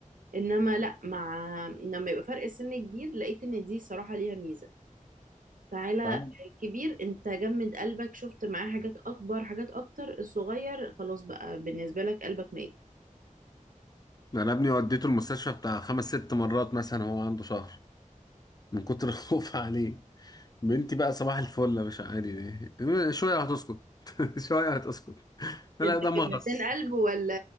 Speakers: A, on the right; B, on the left.
A: انما لا مع لما يبقى فرق السن كبير لقيت ان دي صراحة ليها ميزة تعالى
B: فاهم
A: الكبير انت جمد قلبك شفت معاه حاجات اكبر حاجات اكتر الصغير خلاص بقى بالنسبة لك قلبك ميت
B: انا ابني وديته المستشفى بتاع خمس ست مرات مثلا هو عنده شهر من كتر <laughs> الخوف عليه بنتي بقى صباح الفل مش عادي دي شويه هتسكت <laughs> شويه هتسكت لا
A: ده
B: ده مغص
A: كان 200 قلب ولا